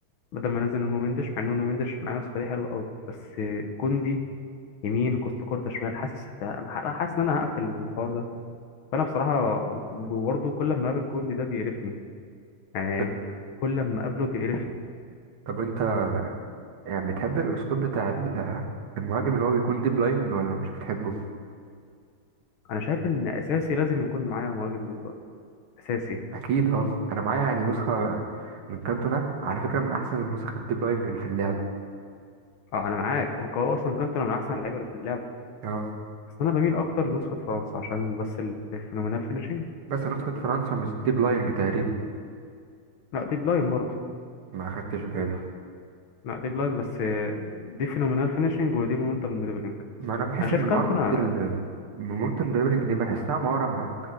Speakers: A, on the left; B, on the right.
A: بدل ما أنزل نونو مندش مع إن نونو مندش مع النسخة دي حلوة أوي بس كوندي يمين وكوستا كورتا شمال حاسس هت- أنا ح- حاسس إن أنا هقفل الحوار ده فأنا بصراحة برضه كل ما أقابل كوندي ده بيقرفني يعني
B: طب
A: كل ما أقابله بيقرفني
B: طب أنت يعني بتحب الأسلوب بتاع ال- المهاجم اللي هو بيكون ديب لاين ولا مش بتحبه؟
A: أنا شايف إن أساسي لازم يكون معايا مهاجم دلوقتي أساسي
B: أكيد اه أنا معايا يعني نسخة من كانتونا على فكرة من أحسن النسخ الديب لاينج اللي في اللعبة
A: اه انا معاك هو هو اصلا كانتونا من احسن اللعيبه اللي في اللعبه
B: اه
A: بس انا بميل اكتر لنسخه فرنسا عشان بس ال- الفينومينال فينيشنج
B: بس نسخة فرنسا مش ديب لاينج تقريبا
A: لا دي بلاين برضه
B: ما أخدتش بالي
A: لا دي بلاين بس آه، دي فينومينال فينيشنج ودي مومنتم دريبلينج
B: ما انا بحس
A: انا شايف
B: ان
A: كانتونا
B: مهارة ال مهارة الدريبلينج دي بحسها مهارة مع...